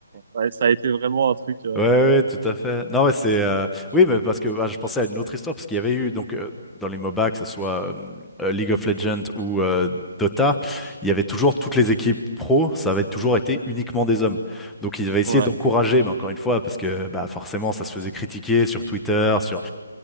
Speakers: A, on the right (about 35°); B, in the centre.
A: ouais, ça a été vraiment un truc. euh,
B: Ouais, ouais, ouais, tout à fait. Non, ouais, c'est, euh, oui, mais parce que bah, je pensais à une autre histoire parce qu'il y avait eu donc euh, dans les MOBA, que ce soit euh, euh, League of Legends ou euh, Dota, il y avait toujours toutes les équipes pro, ça avait toujours été uniquement des hommes. Donc ils avaient essayé
A: ouais,
B: d'encourager, mais encore une fois, parce que bah forcément, ça se faisait critiquer sur Twitter, sur